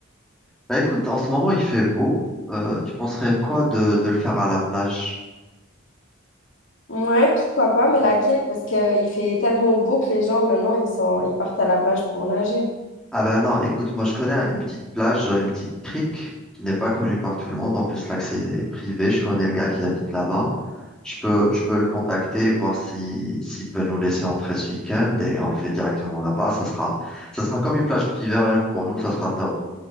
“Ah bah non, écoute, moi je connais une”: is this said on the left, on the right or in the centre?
Centre